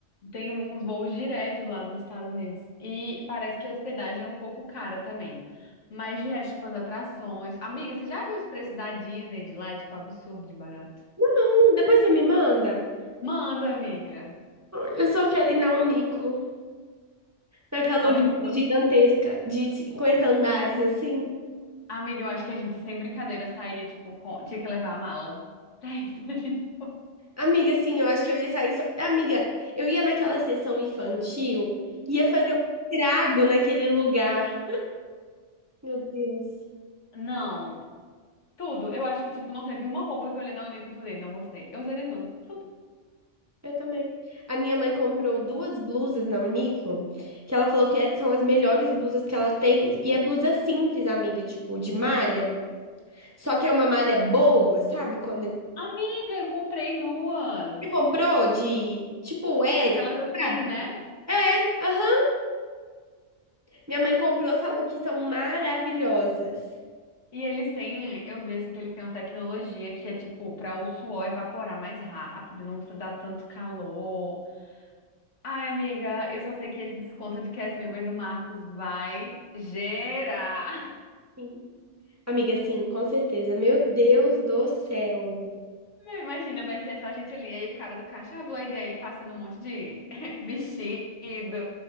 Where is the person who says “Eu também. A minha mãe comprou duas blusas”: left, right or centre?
Right